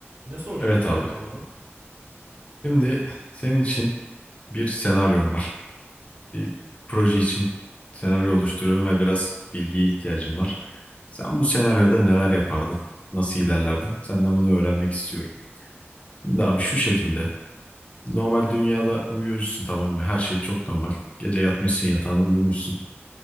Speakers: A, on the right; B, on the left.
A: Ne soracaktın
B: Evet abi.
A: abi bana?
B: Şimdi senin için bir senaryom var. Bir proje için senaryo oluşturuyorum ve biraz bilgiye ihtiyacım var. Sen bu senaryoda neler yapardın? Nasıl ilerlerdin? Senden bunu öğrenmek istiyorum. Şimdi abi şu şekilde. Normal dünyada uyuyorsun tamam mı? Her şey çok normal. Gece yatmışsın yatağına uyumuşsun.